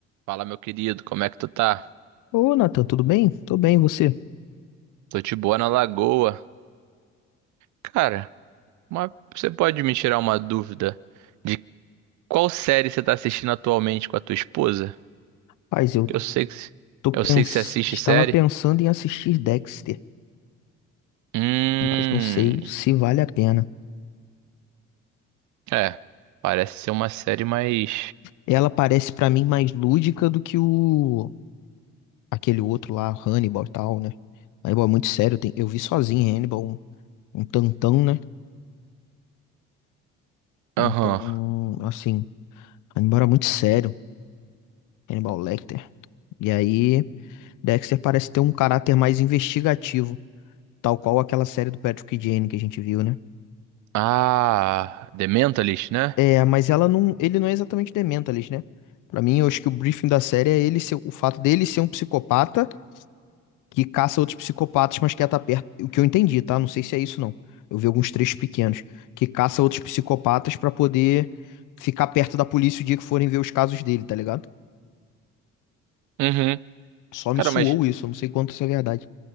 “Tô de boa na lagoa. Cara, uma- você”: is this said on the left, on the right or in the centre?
Right